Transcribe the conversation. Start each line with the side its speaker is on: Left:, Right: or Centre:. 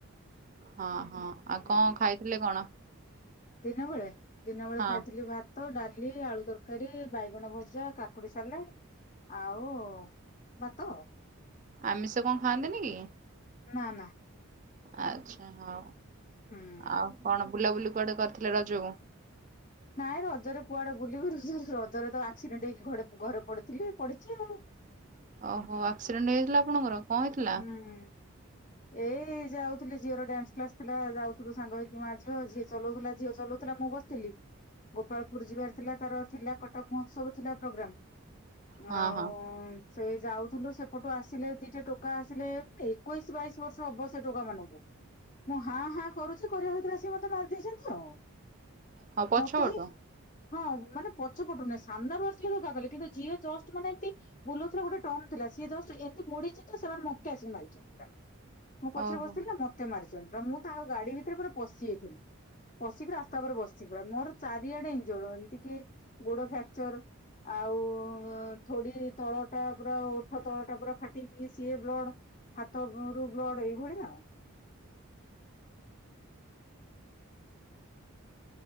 Right: ହଁ ହଁ। ଆଉ
Left: ହୁଁ
Right: କଣ ଖାଇଥିଲେ କଣ?
Left: ଦିନବେେଳେ ଦିନ ବେଳେ
Right: ହଁ
Left: ଖାଇଥିଲି ଭା ତ ଡାଲି ଆଳୁ ତରକାରୀ ବାଇଗଣ ଭଜା କା କୁଡ଼ି ସାଲାଡ୍ ଆଉ ଭାତ।
Right: ଆମିଷ କଣ ଖାଆନ୍ତିନି କି?
Left: ନା ନା।
Right: ଆଚ୍ଛା ହଉ।
Left: ହୁଁ।
Right: ଆଉ କଣ ବୁଲାବୁଲି କୁଆଡେ କରିଥିଲେ ରଜକୁ?
Left: ନାଇଁ ରଜରେ କୁଆଡେ ବୁଲିବୁ। ର ରଜରେ ତ ଆକ୍ସିଡେଣ୍ଟ ହେଇକି ଘରେ ଘରେ ପଡିଥିଲି ପଡିଛି ଆଉ।
Right: ଓହୋ ଆକ୍ସିଡେଣ୍ଟ ହେଇଥିଲା ଆପଣଙ୍କର? କଣ ହେଇଥିଲା?
Left: ହୁଁ। ଏଇ ଯାଉଥିଲି ଝିଅର ଡ୍ୟାନ୍ସ କ୍ଲାସ ଥିଲା ଯାଉଥିଲୁ ସାଙ୍ଗ ହେଇକି ମାଆ ଝିଅ ଝିଅ ଚଲଉଥିଲା ଝିଅ ଚଲଉଥିଲା ମୁଁ ବସିି ଥିଲି। ଗୋପାଳପୁର ଯିବାର ଥିଲା ତାର ଥିଲା କଟକ ମହୋତ୍ସବ ଥିଲା ପ୍ରୋଗ୍ରାମ।
Right: ହଁ
Left: ଆଉ
Right: ହଁ
Left: ସେଇ ଯାଉଥିଲୁ ସେପଟୁ ଆସିଲେ ଦିଟା ଟୋ କା ଆସିଲେ ଏକୋଇଶି ବାଇଶି ବର୍ଷ ହବ ସେ ଟୋକା ମାନଙ୍କୁ। ମୁଁ ହାଁ ହାଁ କରୁଛି କରିବା ଭିତରେ ଆସିକ ମତେ ମାରିଦେଇଛନ୍ତି ଆଉ।
Right: ହଁ ପଛ
Left: ମତେ
Right: ପଟୁ
Left: ହିଁ ହଁ ମାନେ ପଛପଟୁ ନାହି ସାମ୍ନାରୁ ଆସିଲେ ଧକ୍କା କଲେ କିନ୍ତୁ ଝିଅ ଜଷ୍ଟ ମାନେ ଏମିତି ବୁଲଉଥିଲା ଗୋଟେ ଟନ୍ ଥିଲା ସିଏ ତ ଏମିତି ମୋଡିଛି ତ ସେମାନେ ମତେ ଆସିକି ମାରିଛନ୍ତି। ମୁଁ ପଛରେ
Right: ଓହୋ
Left: ବସିଥିଲ ନା ମତେ ମାରିଛନ୍ତି ମୁଁ ତା ଗାଡି ଭିତରେ ପୁରା ପଶିଯାଇଥିଲି। ପଶିକି ରାସ୍ତା ଉପରେ ବସିଛି ପୁରା। ମୋର ଚାରିଆଡେ ଇଞ୍ଜଡ ଏମିତି କି ଗୋଡ ଫ୍ରାକଚର। ଆଉ ଥୋଡି ତଳଟା ପୁରା ଓଠ ତଳଟା ପୁରା ଫାଟି ଇଏ ସିଏ ବ୍ଲଡ ହାତରୁ ବ୍ଲଡ଼ ଏଇଭଳି ଆଉ।